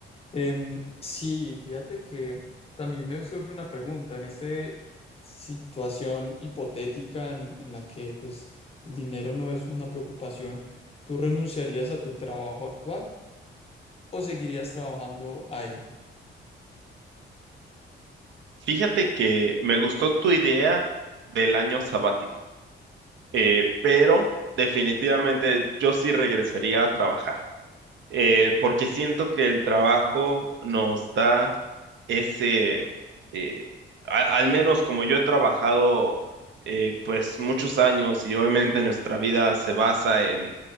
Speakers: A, on the left; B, on the right.
A: Em, sí, fíjate que también me surge una pregunta en esta situación hipotética en, en la que pues el dinero no es una preocupación, ¿tú renunciarías a tu trabajo actual o seguirías trabajando ahí?
B: Fíjate que me gustó tu idea del año sabático, eh, pero definitivamente yo sí regresaría a trabajar. eh, porque siento que el trabajo nos da ese, eh, a- al menos como yo he trabajado eh, pues muchos años y obviamente nuestra vida se basa en,